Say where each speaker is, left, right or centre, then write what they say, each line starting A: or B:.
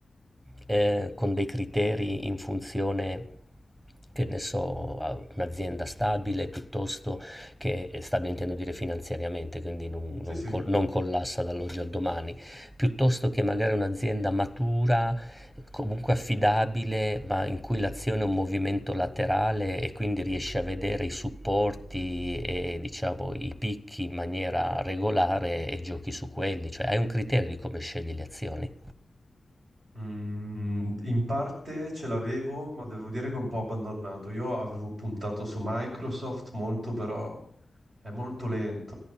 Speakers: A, on the right; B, on the right.
A: eh, con dei criteri in funzione, che ne so, a un'azienda stabile piuttosto che stabile intendo dire finanziariamente, quindi non,
B: Sì,
A: non
B: sì,
A: col-
B: sì.
A: non collassa dall'oggi al domani, piuttosto che magari un'azienda matura, comunque affidabile, ma in cui l'azione è un movimento laterale e quindi riesce a vedere i supporti e diciamo i picchi in maniera regolare e giochi su quelli, cioè hai un criterio di come scegli le azioni.
B: Mm, in parte ce l'avevo, ma devo dire che è un po' abbandonato. Io avevo puntato su Microsoft molto, però è molto lento.